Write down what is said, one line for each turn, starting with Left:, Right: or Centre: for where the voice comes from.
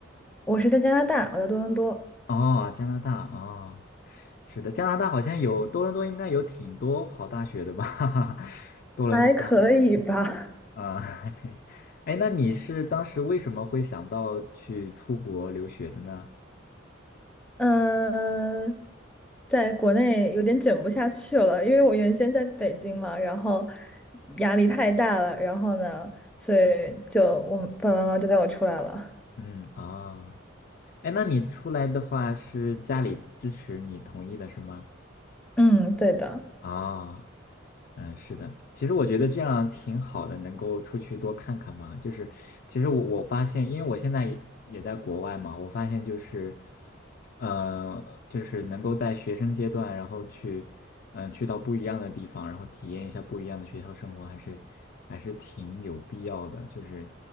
Centre: 我是在加拿大，我在多伦多，
Left: 哦，加拿大啊哦是的，加拿大好像有多伦多，应该有挺多好大学的吧？<laughs> 多伦多吧，
Centre: 还可以吧。
Left: 学啊，<laughs> 还可以。哎，那你是当时为什么会想到去出国留学的呢？
Centre: 嗯、在国内有点卷不下去了，因为我原先在北京嘛，然后压力太大了，然后呢，所以就我爸爸妈妈就带我出来了。
Left: 嗯啊，哎，那你出来的话是家里支持你同意的是吗？
Centre: 嗯，对的，
Left: 啊，嗯，是的，其实我觉得这样挺好的，能够出去多看看嘛。就是其实我我发现，因为我现在也也在国外嘛，我发现就是，呃，就是能够在学生阶段，然后去，嗯、去到不一样的地方，然后体验一下不一样的学校生活，还是还是挺有必要的，就是